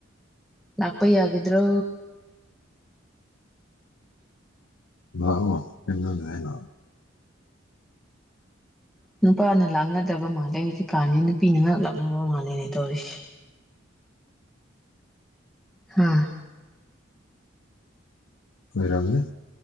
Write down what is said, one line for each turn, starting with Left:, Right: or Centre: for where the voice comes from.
Centre: ꯂꯥꯛꯄ ꯌꯥꯒꯗ꯭ꯔꯣ
Left: ꯂꯥꯛ ꯑꯣ ꯀꯩ ꯅ‌ꯣꯅ‌ꯦ ꯂꯥꯛꯑꯣ
Centre: ꯅꯨꯄꯥꯅ ꯂꯥꯛꯅꯗ꯭ꯔꯕ ꯃꯥꯜꯂꯦ ꯍꯧꯖꯤꯛ ꯀꯥꯟꯁꯤ ꯅꯨꯄꯤꯅ ꯉꯥꯛ ꯂꯥꯛꯅꯕ ꯃꯥꯜꯂꯦꯅꯦ ꯇꯧꯔꯤꯁꯦ ꯍꯥ
Left: ꯑꯣꯏꯔꯝꯅꯤ